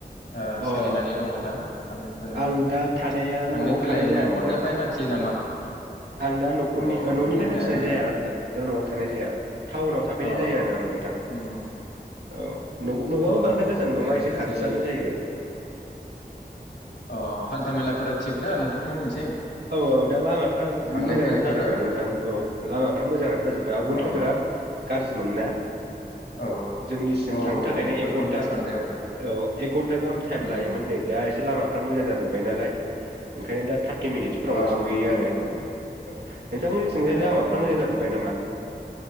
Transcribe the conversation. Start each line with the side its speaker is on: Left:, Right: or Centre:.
Left: आ
Right: औ अ
Left: सोलिनानै दङ' दा थानायफोरा
Right: आं दा थानाया
Left: थांलाय
Right: न'आव
Left: फैलाय
Right: थानाय जाया
Left: न'खरनिफ्राय
Right: नोंथां
Left: हान्थियो नामा?
Right: आं दा न'खरनि
Left: अ
Right: न'निफ्राय
Left: न'आव
Right: हान्थिनाय
Left: थायाना
Right: जाया ओ न'आव थानाय जाया। टाउनाव थाफैनाय
Left: अ
Right: जायो आरो आ नोंथां औ।
Left: उम उम
Right: न'आ न'आबो
Left: अ
Right: बांद्राय गोजान
Left: दे
Right: नङा एसे
Left: ओरैजाय
Right: खाथियानो जायो।
Left: अ हान्था मेलाफोरा थिग दा नोंथांमोननिथिं
Right: औ औ दा लामाफ्रा
Left: थांलाय
Right: मोजाङानो
Left: फैलायफोरा
Right: जाजोब्बाय नोंथां औ लामाफ मोजाङानो जाजोब्बाय आवगोलथ'
Left: औ
Right: बिराद गाज्रि मोननाय
Left: औ
Right: जोंनिसिम
Left: औ
Right: थांनो
Left: औ
Right: थाखायनो
Left: बेफोरखौनोथ'
Right: एक घन्टा
Left: सानदों
Right: औ एक घन्टा गाहाम टाइम
Left: उम
Right: लायोमोन नै दा एसे लामाफ्र मोजांाजो जोबाय नालाय केनेडा फफटि मिनिट्सफोरावनो
Left: औ
Right: सहैयो
Left: नंगौ नंगौ
Right: आरो औ
Left: नोंथां
Right: नोंथांमोननिथिंजाय लामाफ्रा
Left: अ
Right: मोजां जाजोब्बाय
Left: उम
Right: नामा
Left: उम